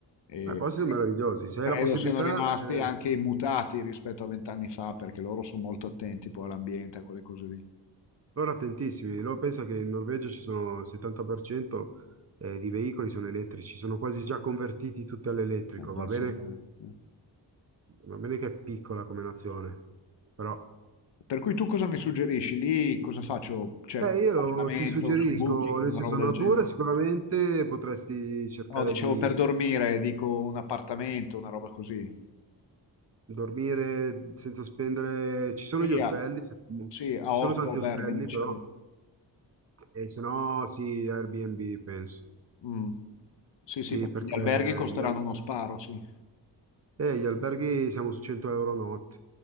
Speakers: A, on the left; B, on the right.
A: E
B: Ma i posti sono meravigliosi. Se
A: credo
B: hai la possibilità,
A: siano rimasti
B: eh,
A: anche immutati rispetto a vent'anni fa, perché loro sono molto attenti poi all'ambiente, a quelle cose lì.
B: Loro attentissimi, loro pensa che in Norvegia ci sono il 70% eh, di veicoli sono elettrici, sono quasi già convertiti tutti all'elettrico,
A: Eh, pensa
B: va bene?
A: te, eh.
B: Va bene che è piccola come nazione, però
A: Per cui tu cosa mi suggerisci? Lì cosa faccio? Cerco
B: eh,
A: un
B: io
A: appartamento
B: ti suggerisco,
A: su Booking,
B: nel
A: una
B: senso
A: roba
B: natura
A: del genere?
B: sicuramente potresti cercare
A: No, dicevo
B: di
A: per dormire, dico un appartamento, una roba così.
B: dormire senza spendere, ci sono
A: Sì,
B: gli ostelli,
A: a,
B: se-
A: sì, a
B: ci
A: Oslo,
B: sono tanti
A: o Bergen,
B: ostelli
A: dicevo.
B: però, e se no sì, Airbnb penso,
A: Mh. Sì,
B: sì
A: sì, perché
B: perché
A: gli alberghi costeranno
B: gli, al-
A: uno sparo, sì.
B: eh, gli alberghi siamo su 100 euro notte.